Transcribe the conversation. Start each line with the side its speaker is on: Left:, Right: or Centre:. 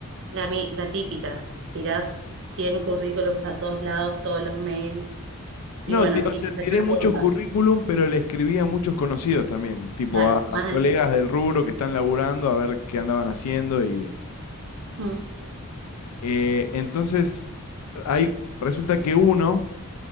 Right: la, mi- la típica, tirás 100 currículums a todos lados, todos los mails y
Left: No,
Right: bueno,
Left: ti- o
Right: y
Left: sea,
Right: te
Left: tiré
Right: sale
Left: muchos
Right: una punta,
Left: currículum, pero le escribí a muchos conocidos también, tipo
Right: claro.
Left: a, a
Right: Más
Left: colegas
Right: de-
Left: del rubro que están laburando a ver qué andaban haciendo y,
Right: Mm.
Left: Eh, entonces, hay, resulta que uno